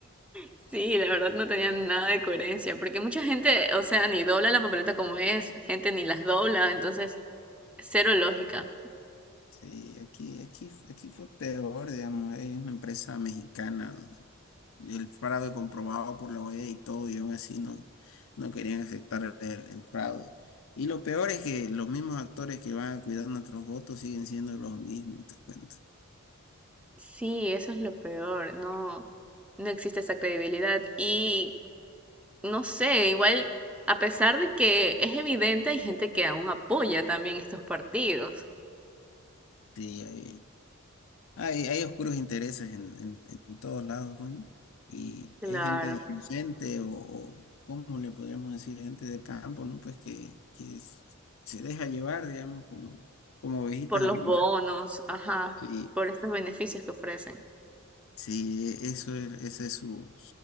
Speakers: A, in the centre; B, on the left.
A: Sí, la verdad no tenían nada de coherencia, porque mucha gente, o sea, ni dobla la papeleta como es, gente ni las dobla, entonces cero lógica.
B: Sí, aquí, aquí, aquí fue peor, digamos, hay una empresa mexicana el fraude comprobado por la OEA y todo, y aún así no, no querían aceptar el, el fraude. Y lo peor es que los mismos actores que van a cuidar nuestros votos siguen siendo los mismos, te cuento.
A: Sí, eso es lo peor, no, no existe esa credibilidad y no sé, igual a pesar de que es evidente, hay gente que aún apoya también estos partidos,
B: Sí, hay, hay, hay oscuros intereses en, en, en todos lados, bueno, y
A: claro,
B: hay gente inocente o, o, ¿cómo le podríamos decir? Gente del campo, ¿no? Pues que, que s- se deja llevar, digamos, como, como ovejitas
A: por los
B: aún.
A: bonos, ajá,
B: Sí,
A: por estos beneficios que ofrecen.
B: Sí, e- eso es, esa es su,